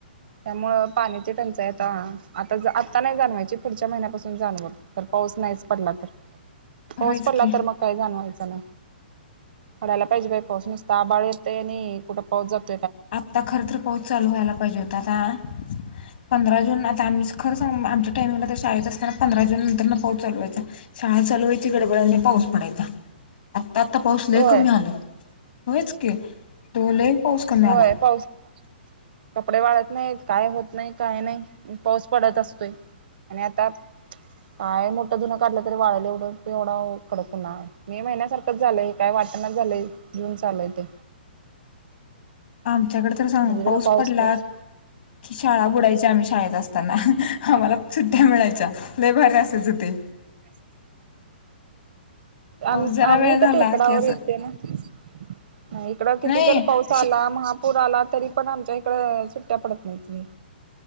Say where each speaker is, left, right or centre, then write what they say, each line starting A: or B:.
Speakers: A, on the right; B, on the left.
A: त्यामुळं पाण्याची टंचाई आता आता आत्ता नाही जाणवायची पुढच्या महिन्यापासून जाणव तर पाऊस नाहीच पडला तर, पाऊस
B: होयच
A: पडला
B: की
A: तर मग काही जाणवायच नाही. पडायला पाहिजे बाय पाऊस नुसत आबाळ येत आणि कुठे पाऊस जातो
B: आता खर तर पाऊस चालू व्हायला पाहिजे होता आता पंधरा आता खर सांगू आमच्या टामिंगला तर शाळेत असताना पंधरा जून नंतर पाऊस चालू व्हायचा शाळा चालू व्हायची. डड पाऊस पडायचा. आता पाऊस लय
A: होय
B: कमी आलं होयच की दो लय पाऊस कमी
A: होय
B: आला
A: पाऊस कपडे वाळत नाहीत काय होत नाही काय नाही पाऊस पडत असतोय आणि आता, काय मोठं धुनं काढलं तरी वाळलं एवढं एवढा उ खडकन आहे मे महिन्यासारखं झालंय काय वाट घटना झालंय घऊन चालय ते
B: आमच्याकडे तर सांग
A: सगळीकडे
B: पाऊस पडला
A: पाऊस
B: की शाळा बुडायची आम् शाळेत असताना आम्हाला सुट्ट्या मिळायच्या लय भारी असायच ते,
A: <unintelligible>
B: पाऊस
A: आम
B: जरा
A: आम्ही
B: वेळ
A: तर
B: झाला
A: टेकडावर
B: की असं
A: येते ना, इकड किती
B: नाही
A: जर पाऊस आला महा पूर आला तरी पण आमच्या इकड सुट्ट्या पडत नाहीत.